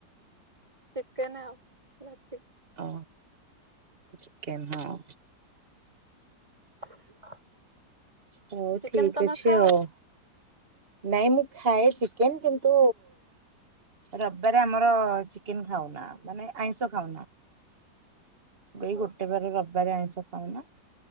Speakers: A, on the right (about 15°); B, on the right (about 30°).
A: ଚିକେନ ଆଉ ଭାତି
B: ଓ ଚିକେନ ହଁ
A: <unintelligible>
B: ହଉ
A: ଚିକେନ
B: ଠିକ
A: ତମେ
B: ଅଛି
A: ଖାଅ
B: ଆଉ। ନାଇଁ ମୁଁ ଖାଏ, ଚିକେନ କିନ୍ତୁ ରବିବାରେ ଆମର ଚିକେନ ଖାଉନା ମାନେ ଆଇଁଷ ଖାଉନା। ଏଇ ଗୋଟେ
A: ଓହୋ
B: ବାର ରବିବାର ଆଇସ ଖାଉନା।